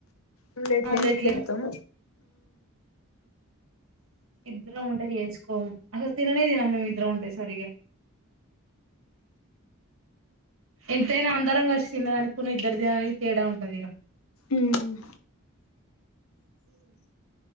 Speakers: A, on the left; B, on the right.
A: ఇన్ల ఇట్లా
B: ఆమ్లెట్
A: ఏసి
B: లే
A: పెడుతం
B: ఇద్దరం ఉంటే చేసుకోము అసలు తిననే తినం మేము ఇద్దరం ఉంటే సరిగా ఎంతైనా అందరం కలిసి తిన్న దానికి ఇద్దరు దానికి తేడా ఉంటది
A: ఉమ్